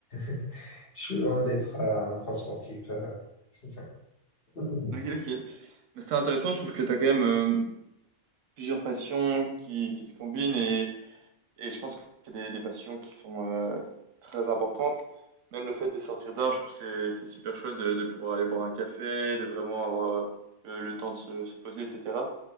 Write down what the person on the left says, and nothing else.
<laughs> Je suis loin d'être euh, un grand sportif. euh, c'est ça. Mhm.